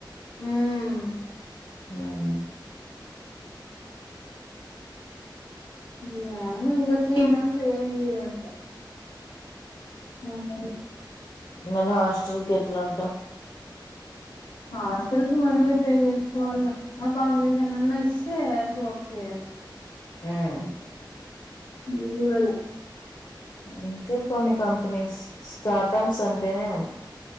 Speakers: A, on the left; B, on the left.
A: హ్మ్
B: నాయుమ్
A: యామో ఇంగా త్రీ మంత్స్ ఏమియరాంట. నో మరి
B: మళ్ళ హాస్టల్కి ఎట్లాంట.
A: హాస్టల్ కి మనమే పే చేసుకోవాళ్ళ. అ అకామిడేషల్న్న ఇస్తే. సో ఓకే
B: ఉహ్
A: ఇల్లు జూడాల
B: అంతే కొన్ని కంపెనీస్ స్టార్టప్స్ అంటేనే అంత.